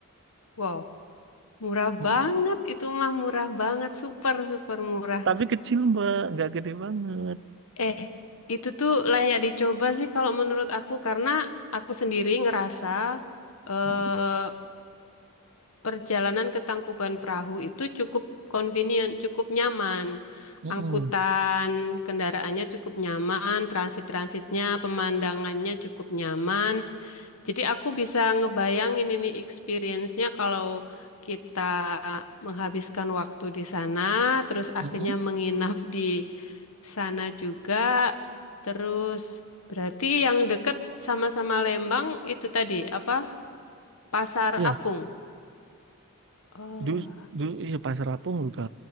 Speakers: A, on the left; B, on the right.
A: Wow, murah
B: Mm-mm.
A: banget itu mah murah banget, super super murah.
B: Tapi kecil, Mbak, nggak gede banget.
A: Eh, itu tuh layak dicoba sih kalau menurut aku karena aku sendiri ngerasa eh,
B: Mm-mm.
A: perjalanan ke Tangkuban Perahu itu cukup convenient, cukup nyaman.
B: Mm-mm.
A: Angkutan kendaraannya cukup nyaman, transit-transitnya, pemandangannya cukup nyaman. Jadi aku bisa ngebayangin ini experience-nya kalau kita menghabiskan waktu di sana, terus akhirnya
B: Mm-mm.
A: menginap di sana juga. Terus berarti yang deket sama-sama Lembang itu tadi apa? Pasar
B: Iya,
A: Apung. Oh.
B: du- du- iya, Pasar Apung juga.